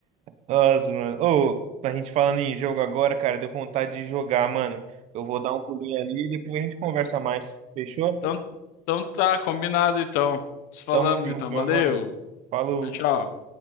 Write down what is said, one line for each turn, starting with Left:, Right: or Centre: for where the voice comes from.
Right: Nossa, mano. Ô, a gente falando em jogo agora, cara, deu vontade de jogar, mano. Eu vou dar um pulinho ali e depois a gente conversa mais. Fechou?
Left: Então, então tá, combinado então. Nos falamos
Right: Tamo junto,
Left: então,
Right: meu
Left: valeu.
Right: mano. Falou.
Left: Tchau, tchau.